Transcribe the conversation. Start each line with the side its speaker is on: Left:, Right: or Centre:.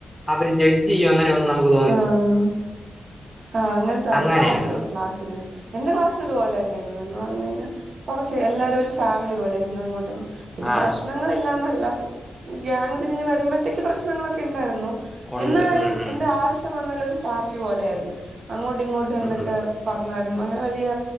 Centre: അവര് ജഡ് ഈ അങ്ങനൊന്നും നമ്മക്ക്
Right: ആഹ ആ അങ്ങനത്തെ
Centre: അങ്ങനെയായിരുന്നു
Right: അത് ഭാഗ്യമാണ് ക്ലാസ്സിന്. എന്റെ ക്ലാസ് ഇത്പോലായിരുന്നായിരുന്നു എന്ന് പറഞ്ഞ കഴിഞ്ഞൽ കുറച്ച് എല്ലാരും ഒരു ഫാമിലി പോലൊയിയിരുന്നു അങ്ങോട്ടും പിന്നെ
Centre: ആ
Right: പ്രശ്നങ്ങളില്ലാന്നല്ല ഗാങ് തിരിഞ്ഞ് വരുമ്പഴത്തേക്ക് പ്രശ്നങ്ങളൊക്കെ ഉണ്ടായിരുന്നു.
Centre: ഉണ്ട്
Right: എന്നാലും
Centre: ഉം ഉം
Right: എന്ത് ആവശ്യം വന്നാലും ഒരു ഫാമിലി പോലെ ആായിരുന്നു അങ്ങോട്ടും ഇങ്ങോട്ട് എന്തൊക്കെ
Centre: ഉം ഉം.
Right: പറഞ്ഞാരും അങ്ങനെ വലിയ